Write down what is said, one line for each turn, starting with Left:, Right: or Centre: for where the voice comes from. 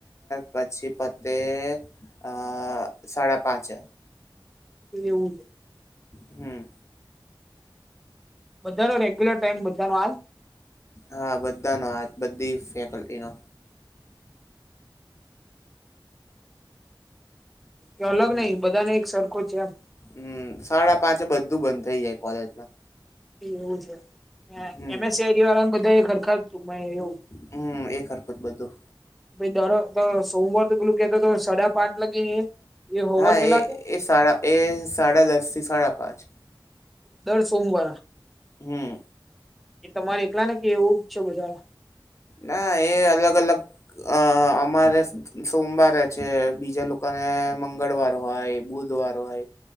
Left: પછી પતે અ સાડા પાંચે
Centre: એ એઉ જ.
Left: હમ્મ.
Centre: બધા નો રેગ્યુલર ટાઈમ બધા નો આજ.
Left: હા બધાનો આજ, બધી ફેકલ્ટી નો.
Centre: એ અલગ
Left: હમ
Centre: નહિ, બધાને એક સરખો છે એમ.
Left: હમ સાડાપાંચે બધું બંધ થઇ જાય કોલેજમાં
Centre: એવું છે
Left: હમ
Centre: એમએસઆઈડીવાળા બધા સરખા એવું
Left: હમ એક હરખું બધું
Centre: ભય દરવખતે સોમવાર તો પેલું કેતો તો સડા પાંચ લગી એ હોવર
Left: હા
Centre: કેલા
Left: એ
Centre: વાગે
Left: એ સાડા એ સાડાદસ થી સાડાપાંચ
Centre: દર સોમવારે
Left: હમ
Centre: એ તમારે એકલા ને કેવું છે બધાં
Left: હા એ અલગ અલગ અ અમારે સોમવારે છે બીજા લોકોને મંગળવાર હોય બુધ ધવાર હોય